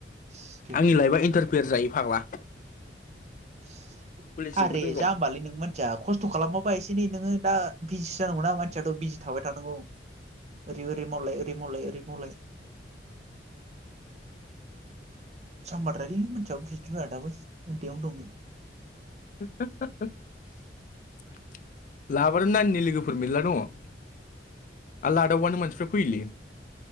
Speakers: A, on the right; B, on the left.
A: सिथो
B: आंनि लाइफआ इन्टार बेेर जायो फाग्ला
A: <unintelligible>
B: खुलिजोबो
A: आरे
B: जों र'
A: जाम्बालै नों मोनसिया खस्थ खालामाबा एसे एनै नोङो दा बिजिसो जानांगौ ना मानसियाथ बिजि थाबाय थानांगौ ओरै ओरै मावलाय ओरै मावलाय ओरै मावलाय <unintelligible> जामबाद्रायलै नों मानसिया बुजिनो रोङा दाबो उन्दैयावनो दंमोन
B: <unintelligible> लाबोदो नाननि लोगोफोर मेला आर लादावबानो मोनसिफ्रा फैयोलै।